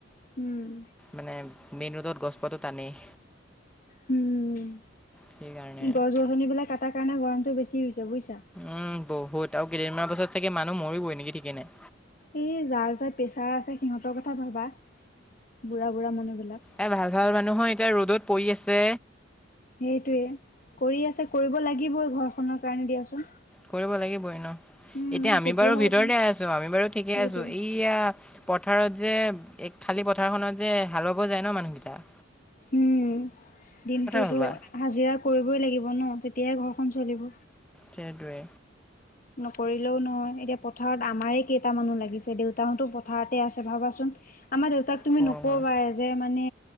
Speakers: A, on the left; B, in the centre.
A: উম
B: মানে মেইন ৰোডত গছপাটো টানেই।
A: উম,
B: সেইকাৰণে।
A: গছ গছনিবিলাক কাটাৰ কাৰণে গৰমটো বেছি হৈছে বুজিছা!
B: উম বহুত আৰু কেইদিনমান পাছত চাগে মানুহ মৰিবই নেকি ঠিকেই নাই।
A: এই যাৰ যাৰ প্ৰেছাৰ আছে সিহঁতৰ কথা ভাবা, বুঢ়া বুঢ়া মানুহবিলাক।
B: এ ভাল ভাল মানুহো এতিয়া ৰ'দত পৰি আছে।
A: সেইটোৱে কৰি আছে কৰিব লাগিবই ঘৰখনৰ কাৰণে দিয়াচোন।
B: কৰিব লাগিবই ন,
A: উম,
B: এতিয়া আমি
A: তেতিয়াহে
B: বাৰু ভিতৰতে
A: তুমি
B: আছো আমি বাৰু ঠিকে
A: সেইটোৱে
B: আছো, এই এতিয়া পথাৰত যে এক খালী পথাৰখনত যে হালা বাব যায় ন মানুহকেইটাই,
A: উম, দিনটোতো
B: ভাবা
A: হাজিৰা কৰিবই লাগিব ন তেতিয়াহে ঘৰখন চলিব।
B: সেইটোৱে।
A: নকৰিলেও নহয় এতিয়া পথাৰত আমাৰে কেইটা মানুহ লাগিছে দেউতাহতো পথাৰতে আছে ভাবাচোন আমাৰ দেউতাক তুমি
B: গৰম
A: নকবাই
B: হয়।
A: যে মানে